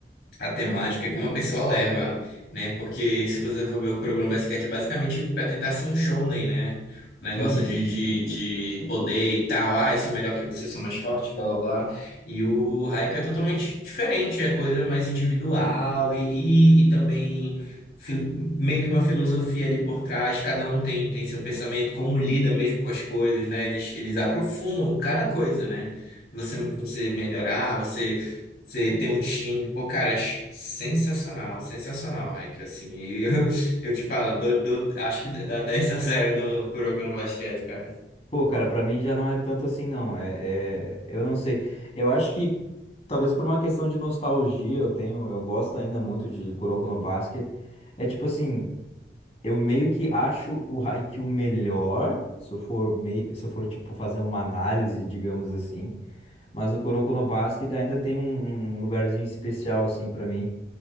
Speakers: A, on the left; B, on the left.
A: a temática que uma pessoa leva, né? Porque se você for ver o Kuroko no Basket, é basicamente para tentar ser um shounen, né? Um negócio
B: Uhum.
A: de, de, de poder e tal. Ah, eu sou melhor que você, sou mais forte, blá blá blá. E o Haikyuu é totalmente diferente, é coisa mais individual e, e, e também fil- meio que uma filosofia ali por trás. Cada um tem, tem seu pensamento, como lida mesmo com as coisas, né? Eles, eles aprofundam cada coisa, né? Você, você melhorar, você você tem um time, pô, cara, é ch- sensacional, sensacional, Raik, assim, e <laughs> eu, eu te falo, dou- dou- acho que dá 10 a zero no Kuroko no basquete, cara,
B: Pô, cara, pra mim já não é tanto assim, não. É, é- eu não sei. Eu acho que talvez por uma questão de nostalgia, eu tenho, eu gosto ainda muito de Kuroko no Basket. É tipo assim, eu meio que acho o Haikyuu melhor, se eu for meio, se eu for tipo fazer uma análise, digamos assim. Mas o Kuroko no Basket ainda tem um, um lugarzinho especial assim pra mim.